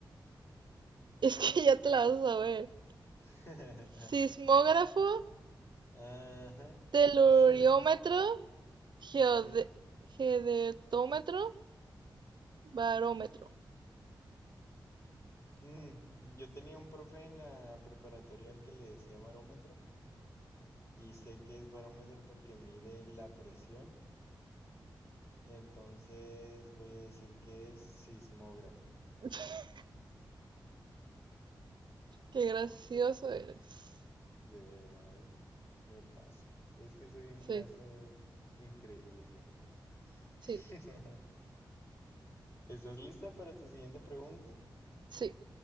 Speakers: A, on the right; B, on the left.
A: <laughs> Es que ya te la vas a saber.
B: <laughs>
A: Sismógrafo,
B: Ajá.
A: teluriómetro,
B: <laughs>
A: geode-
B: Sí.
A: geodetómetro, barómetro.
B: Mm, Yo tenía un profe en la preparatorial que le decía barómetro y sé que es barómetro porque mide la presión. Entonces voy a decir que es sismógrafo.
A: <laughs> Qué gracioso eres.
B: De verdad, ¿eh? Me pasa. Y es que soy un
A: Sí,
B: caso increíble yo.
A: sí,
B: <laughs> ¿Estás lista para tu siguiente pregunta?
A: sí.